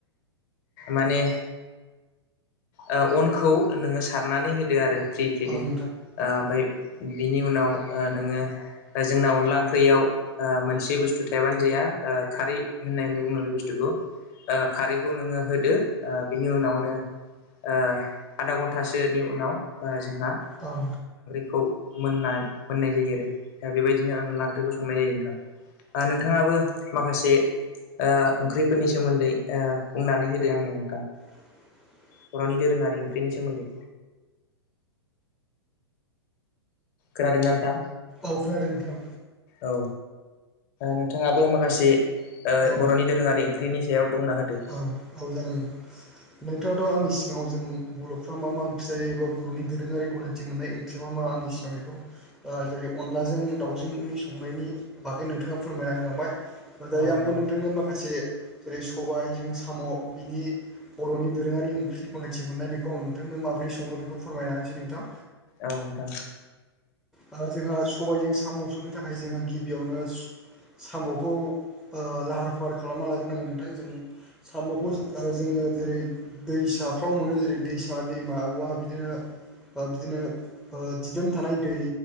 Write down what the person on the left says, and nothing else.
माने आ अनखौ नोङो सारनानै होदो आरो फ्रि फ्रिनो
ओ ओमफ्राय बिनि उनाव ओ नोङो जोंना अनला ओंख्रियाव ओ मोनसे बुस्थु थायाबानो जाया ओ खारै होननानै बुङो बे बुस्थुखौ ओ खारैखौ नोङो होदो ओ बिनि उनावनो ओ आधा घन्टासोनि उनाव ओ जोंहा
खौ मोन मोननाय जायो आरो दा बेबायदिनो आं लांख्रिखौ संनाय जायो नोंथां ओ नोंथाङाबो माखासे ओ ओंख्रिफोरनि सोमोन्दै बुंनानै होदों आंनो नोंथां
बर'नि दोरोङारि ओंख्रिनि सोमोन्दै खोनादों ना नोंथां
औ नोंथाङाबो माखासे ओ
बर'नि दोरोङारि ओंख्रि ख्रिनि सायाव बुंना होदो
औ
नोंथां
औ नोंथां